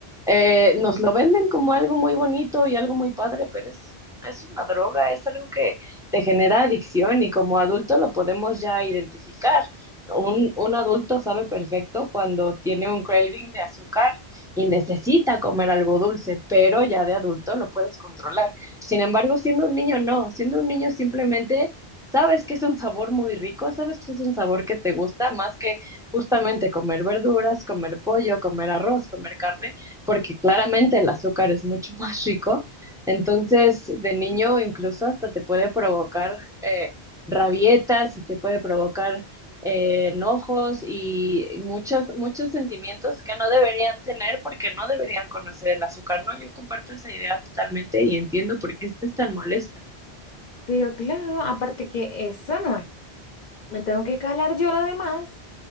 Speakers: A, in the centre; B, on the left.
A: eh, nos lo venden como algo muy bonito y algo muy padre, pero es, es una droga, es algo que te genera adicción y como adulto lo podemos ya identificar. Un, un adulto sabe perfecto cuando tiene un craving de azúcar y necesita comer algo dulce, pero ya de adulto lo puedes controlar. Sin embargo, siendo un niño no, siendo un niño simplemente sabes que es un sabor muy rico, sabes que es un sabor que te gusta más que justamente comer verduras, comer pollo, comer arroz, comer carne, porque claramente el azúcar es mucho <laughs> más rico. Entonces, de niño incluso hasta te puede provocar eh, rabietas y te puede provocar eh, enojos y muchos, muchos sentimientos que no deberían tener porque no deberían conocer el azúcar, ¿no? Yo comparto esa idea totalmente y entiendo por qué estás tan molesta.
B: Pero claro, aparte que eso no es. Me tengo que calar yo lo demás,